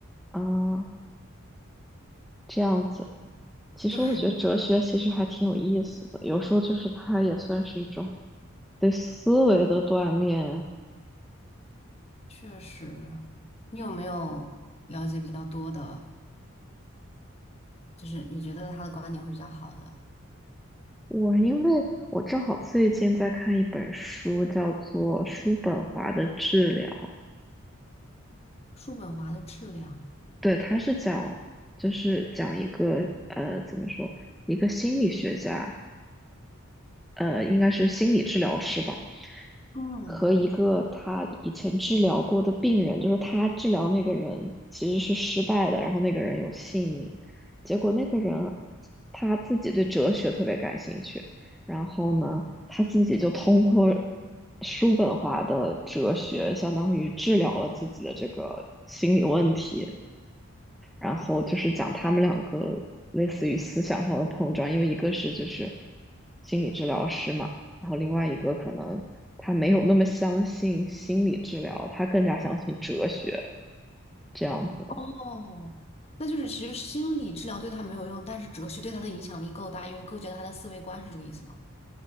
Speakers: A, in the centre; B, on the left.
A: 啊，这样子。其实我觉得哲学其实还挺有意思的，
B: 对，
A: 有时候就是它也算是一种对思维的锻炼。
B: <laughs> 确实。你有没有了解比较多的，就是你觉得他的观点会比较好的？
A: 我因为我正好最近在看一本书，叫做《叔本华的治疗》，
B: 叔本华的质量，
A: 对，它是讲就是讲一个呃怎么说一个心理学家，呃，应该是心理治疗师吧，
B: 嗯，
A: 和一个他以前治疗过的病人，就是他治疗那个人其实是失败的，然后那个人有性瘾，结果那个人他自己对哲学特别感兴趣，然后呢，他自己就通过叔本华的哲学，相当于治疗了自己的这个心理问题。然后就是讲他们两个类似于思想上的碰撞，因为一个是就是心理治疗师嘛，然后另外一个可能他没有那么相信心理治疗，他更加相信哲学这样子的，
B: 哦，那就是其实心理治疗对他没有用，但是哲学对他的影响力够大，因为构建了他的思维观，是这个意思吗？